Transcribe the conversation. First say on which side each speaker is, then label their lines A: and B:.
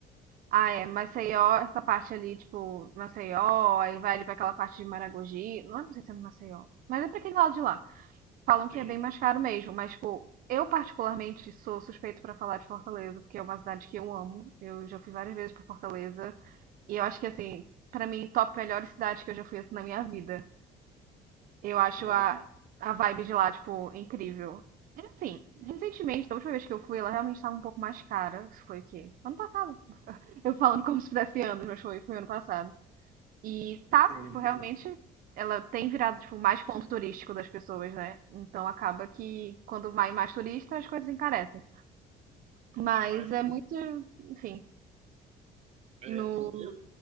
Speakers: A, on the right (about 55°); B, on the right (about 40°).
A: Ah, é,
B: É,
A: Maceió, essa parte ali, tipo, Maceió, aí vai ali pra aquela parte de Maragogi, não, não sei se é no Maceió, mas é pra aquele lado de lá. Falam que
B: sim,
A: é bem mais caro mesmo, mas, tipo, eu particularmente sou suspeito pra falar de Fortaleza, porque é uma cidade que eu amo, eu já fui várias vezes pra Fortaleza, e eu acho que, assim, pra mim, top melhores cidades que eu já fui, assim, na minha vida. Eu acho
B: não,
A: a, a vibe de lá, tipo, incrível. É assim, recentemente, da última vez que eu fui, ela realmente estava um pouco mais cara, isso foi o quê? Ano passado, eu falando como se fizesse anos, mas foi, foi ano passado. E tá,
B: sim.
A: tipo, realmente ela tem virado, tipo, mais ponto turístico das pessoas, né? Então acaba que quando vai mais turista, as coisas encarecem. Mas
B: Mas
A: é muito, enfim,
B: é,
A: no.
B: eu,